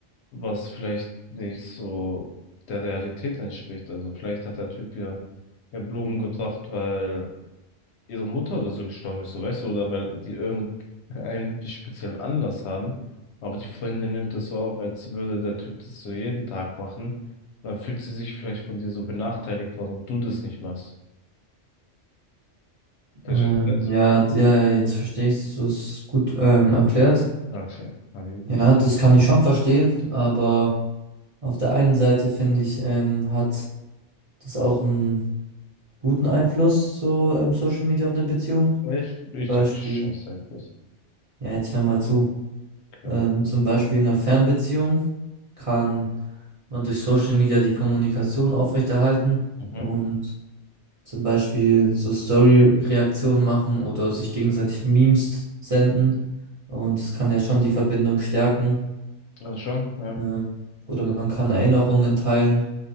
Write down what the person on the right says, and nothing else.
ähm,
ja, ja, ja, jetzt verstehe ich du es gut ähm, erklärt.
Ja, das kann ich schon verstehen, aber auf der einen Seite finde ich, ähm, hat das auch einen guten Einfluss, so ähm, Social Media auf eine Beziehung.
Zum Beispiel,
ja, jetzt hör mal zu.
Ähm, zum Beispiel in einer Fernbeziehung kann man durch Social Media die Kommunikation aufrechterhalten
und zum Beispiel so Story-Reaktionen machen oder sich gegenseitig Memes senden. Und es kann ja schon die Verbindung stärken.
Ähm, oder man kann Erinnerungen teilen,